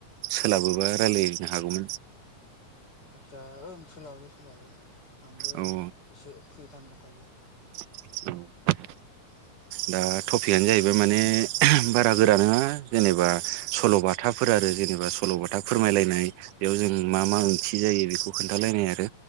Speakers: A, on the right (about 80°); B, on the left (about 30°).
A: सोलाबोबा रायलायनो हागौमोन।
B: आदसा ओं सोलाबो सोलाबो आंबो
A: औ
B: एसे फ्रि टाइम दंखायो।
A: <inaudible> दा थपिकआनो जाहैबाय माने बारा गोरा नोङा जेनेबा
B: औ
A: सल'बाथाफोर आरो जेनेबा सल'बाथा फोरमायलायनाय बेयाव जों मा मा
B: औ
A: ओंथि जायो बेखौ खोन्थालायनाय आरो